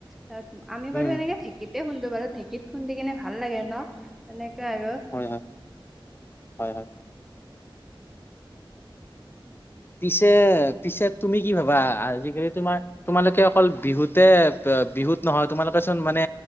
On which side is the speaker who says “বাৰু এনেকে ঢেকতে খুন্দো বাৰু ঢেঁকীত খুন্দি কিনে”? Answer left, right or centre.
Centre